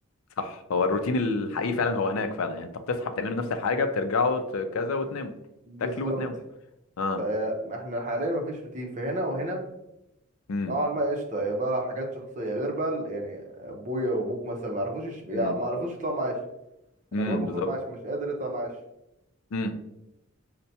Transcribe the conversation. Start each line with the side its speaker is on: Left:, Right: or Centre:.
Left: صح هو الروتين الحقيقي فعلا هو هناك فعلا يعني انت بتصحى بتعملوا نفس الحاجة بترجعوا ت- كذا وتناموا
Right: بالظبط
Left: تاكلوا وتناموا اه
Right: فاحنا حاليا ما فيش روتين فهنا وهنا
Left: امم
Right: نوعا ما قشطه يا بقى حاجات شخصيه غير بقى ال- يعني ابويا وابوك مثلا ما يعرفوش يش- يعني
Left: امم
Right: ما يعرفوش يطلعوا معاش
Left: امم
Right: انا ابويا المفروض
Left: بالظبط
Right: معاش مش قادر يطلع معاش
Left: امم